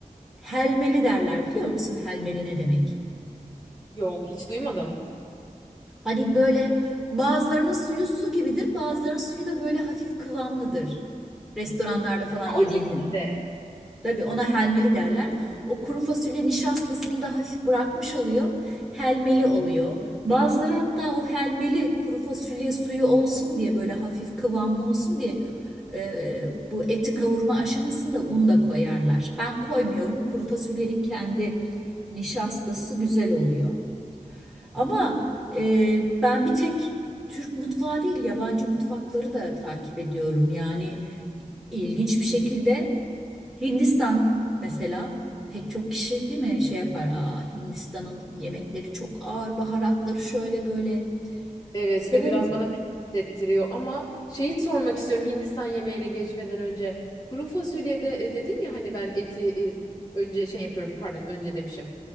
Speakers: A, in the centre; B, on the left.
A: helmeli derler biliyor musun helmeli ne demek?
B: Yok, hiç duymadım.
A: Hani böyle bazılarının suyu su gibidir, bazılarının suyu da böyle hafif kıvamlıdır. Restoranlarda falan
B: Ha,
A: yediğinde.
B: o şekilde.
A: Tabii ona helmeli derler. O kuru fasulye nişastasını da hafif bırakmış oluyor. Helmeli oluyor. Bazıları hatta o helmeli kuru fasulye suyu olsun diye böyle hafif kıvamlı olsun diye e, bu eti kavurma aşamasında un da koyarlar. Ben koymuyorum. Kuru fasulyenin kendi nişastası güzel oluyor. Ama e, ben bir tek Türk mutfağı değil yabancı mutfakları da takip ediyorum. Yani ilginç bir şekilde Hindistan mesela pek çok kişi değil mi şey yapar. Aa, Hindistan'ın yemekleri çok ağır, baharatları şöyle böyle.
B: Evet
A: Severim.
B: ve biraz bana pis hissettiriyor ama şeyi sormak istiyorum Hindistan yemeğine geçmeden önce. Kuru fasulyede e, dedin ya hani ben eti e, önce şey yapıyorum pardon önce demişim.